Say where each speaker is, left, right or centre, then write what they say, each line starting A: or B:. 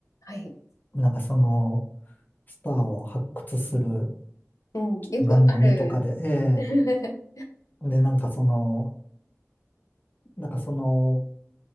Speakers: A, on the left; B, on the left.
A: はい。
B: なんかそのスターを発掘する
A: うん、よくある。
B: 番組とかで、え
A: <laughs>
B: えで、なんかその、なんかその